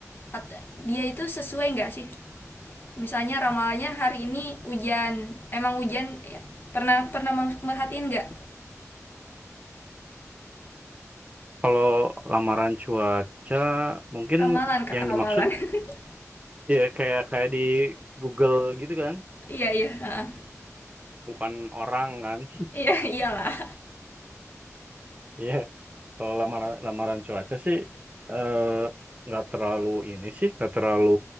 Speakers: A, on the left; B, on the right.
A: At- dia itu sesuai nggak sih? Misalnya ramalannya hari ini hujan, emang hujan ya. pernah pernah mer- merhatiin nggak
B: Kalau lamaran cuaca mungkin
A: ramalan kak
B: yang dimaksud
A: ramalan? <laughs>
B: ya kayak kayak di Google gitu kan,
A: iya iya heeh.
B: bukan orang kan. <laughs>
A: iya iyalah
B: Iya, kalau lamaran lamaran cuaca sih eh, nggak terlalu ini sih, nggak terlalu